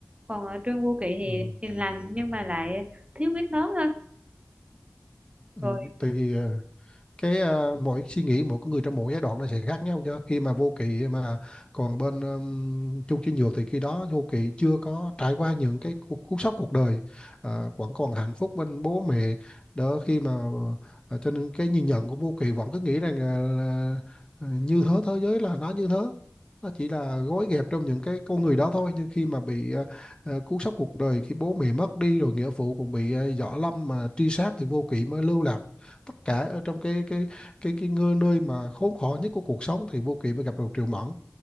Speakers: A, on the right; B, on the left.
A: còn ở Trương Vô Kỵ thì
B: Ừ. ừ.
A: hiền lành nhưng mà lại thiếu quyết đoán hơn
B: Ừ,
A: rồi
B: tại vì ờ, cái ờ, mỗi suy nghĩ mỗi con người trong mỗi giai đoạn nó sẽ khác nhau chứ khi mà vô kỵ mà còn bên um, Chung Chí Nhược thì khi đó vô kỵ chưa có trải qua những cái cú, cú sốc cuộc đời Ờ, vẫn còn hạnh phúc bên bố mẹ đỡ khi mà ờ, cho nên cái nhìn nhận của vô kỵ vẫn cứ nghĩ rằng là, là ờ, như thế thế giới là nó như thế nó chỉ là gói ghẹp trong những cái con người đó thôi nhưng khi mà bị ờ, ờ, cú sốc cuộc đời khi bố mẹ mất đi rồi nghĩa phụ cũng bị ờ, võ lâm mà truy sát thì vô kỵ mới lưu lại tất cả ở trong cái cái cái cái ngư nơi mà khốn khổ nhất của cuộc sống thì Vô Kỵ mới gặp được Triệu Mẫn